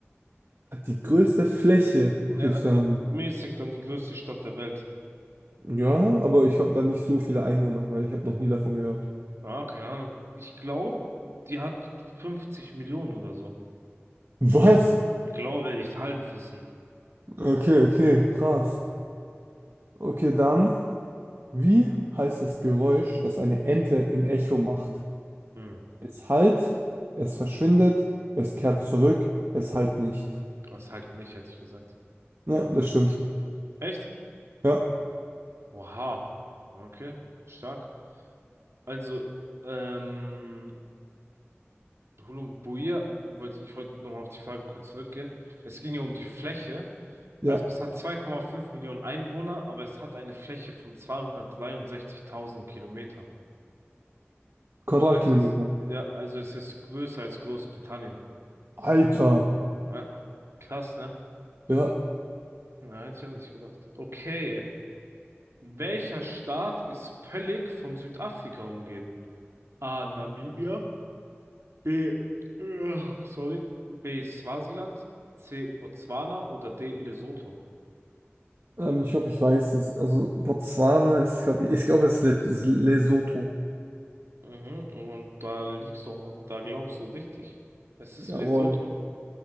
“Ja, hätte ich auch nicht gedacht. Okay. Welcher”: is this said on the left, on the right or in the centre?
Right